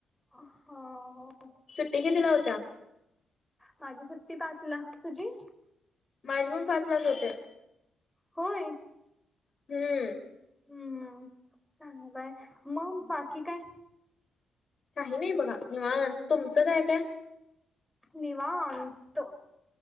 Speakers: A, in the centre; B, on the left (about 50°).
A: ह
B: सुट्टी कितीला होत्या?
A: मग माझी सुट्टी पाचला., तुझी?
B: माझ्या पण पाचलाच होत्या.
A: होय.
B: हूं....
A: हुं... चांगलाय. मग बाकी काय.?
B: काही नाही बघा, निवांत तुमचं काय काय?
A: निवांत.